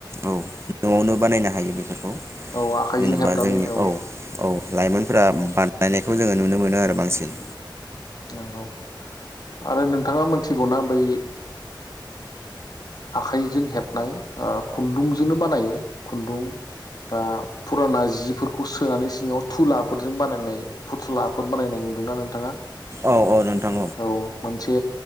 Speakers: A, on the right; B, on the left.
A: औ नआवनो बानायनो हायो बेफोरखौ
B: औ आखाइजों
A: जेनेबा
B: हेबनानै
A: जोंनि
B: औ
A: औ लाइमोनफोरा बानायनायखौ जोङो नुनो मोनो आरो बांसिन
B: नंगौ आरो नोंथाङा मोनथिगौनाा बै आखाइजों हेबनाय खुन्दुंजोंनो बानायो खुन्दुं बा फुराना जिफोरखौ सोनानै सिङाव थुलाफोरजों बानायनाय फुथ्लाफोर बानायनाय नुदोंना नोंथाङा?
A: औ औ नोंथां
B: औ मोनसे